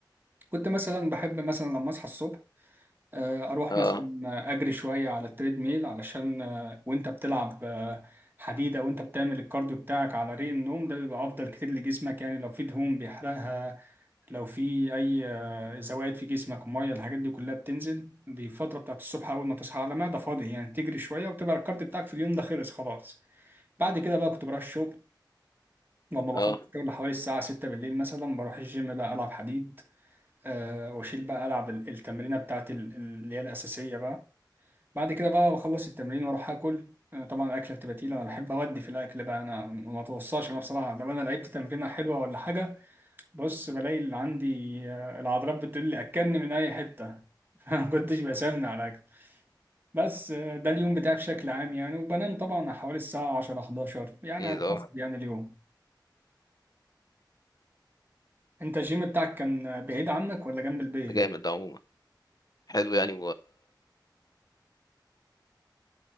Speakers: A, on the right; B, on the left.
A: كنت مثلا بحب مثلا لما أصحى الصبح آه، أروح
B: اه
A: مثلا أجري شوية على التريد ميل علشان آه، وأنت بتلعب آه، حديد أو أنت بتعمل الكارديو بتاعك على ريق النوم ده بيبقى أفضل كتير لجسمك يعني لو في دهون بيحرقها لو في اي آه، زوائد في جسمك ميه الحاجات دي كلها بتنزل دي الفتره بتاعت الصبح اول ما تصحى على معده فاضي يعني تجري شويه وتبقى الكارت بتاعك في اليوم ده خلص خلاص بعد كده بقى كنت بروح الشغل لما بخلص
B: اه
A: الشغل حوالي الساعه 6 بالليل مثلا بروح الجيم بقى العب حديد أه واشيل بقى العب ال- التمرينه بتاعت ال- اللي هي الاساسيه بقى بعد كده بقى بخلص التمرين واروح اكل آه، طبعا الاكله بتبقى تقيله انا بحب اودي في الاكل بقى انا ما اتوصاش انا بصراحه لو انا لعبت تمرينه حلوه ولا حاجه بص بلاقي اللي عندي آه، العضلات بتقول لي اكلني من اي حته <laughs> ما كنتش بسمن على الاكل بس آه، ده اليوم بتاعي بشكل عام يعني وبنام طبعا حوالي الساعه 10 11 يعني
B: ايه
A: على
B: ده
A: حسب
B: اه
A: يعني اليوم انت الجيم بتاعك كان بعيد عنك ولا جنب البيت
B: ده جامد ده عموما حلو يعني